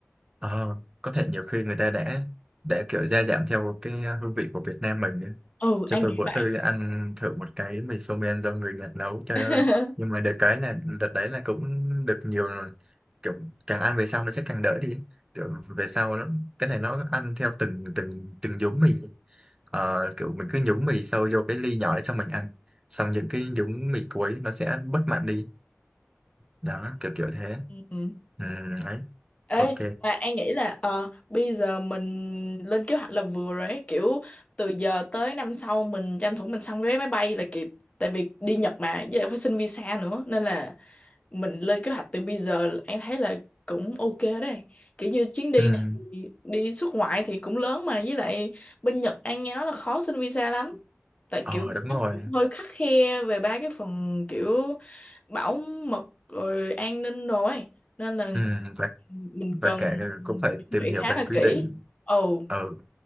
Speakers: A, on the right (about 20°); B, on the left (about 30°).
A: Ờ, có thể nhiều khi người ta đã đã kiểu gia giảm theo cái hương vị của Việt Nam mình nữa.
B: Ừ,
A: Cho
B: An
A: tôi
B: nghĩ
A: bữa
B: vậy.
A: tôi ăn thử một cái mì somen men do người Nhật nấu, trời
B: <laughs>
A: ơi. Nhưng mà được cái là đợt đấy là cũng được nhiều rồi. kiểu càng ăn về sau nó sẽ càng đỡ đi. Kiểu về sau nó cái này nó ăn theo từng từng từng nhúng mì. Ờ, kiểu mình cứ nhúng mì sâu vô cái ly nhỏ đấy xong mình ăn. Xong những cái nhúng mì cuối nó sẽ bớt mặn đi. Đó, kiểu kiểu thế.
B: Ừm.
A: Ừ, đấy.
B: Ê,
A: Ok.
B: mà An nghĩ là ờ, bây giờ mình lên kế hoạch là vừa rồi ấy, kiểu từ giờ tới năm sau mình tranh thủ mình xong vé máy bay là kịp. Tại vì đi Nhật mà, với lại phải xin visa nữa. Nên là mình lên kế hoạch từ bây giờ An thấy là cũng ok đấy. Kiểu như chuyến đi
A: Ừ.
B: này thì đi xuất ngoại thì cũng lớn mà với lại bên Nhật An nghe nói là khó xin visa lắm. Tại
A: Ờ
B: kiểu bên
A: đúng
B: đó
A: rồi
B: cũng hơi khắt khe về ba cái phần kiểu bảo mật rồi an ninh đồ ấy. Nên là
A: Ừ, và
B: mình cần
A: và cả cũng phải
B: chuẩn
A: tìm
B: bị
A: hiểu
B: khá
A: về
B: là
A: quy
B: kỹ
A: định
B: ồ
A: ừ,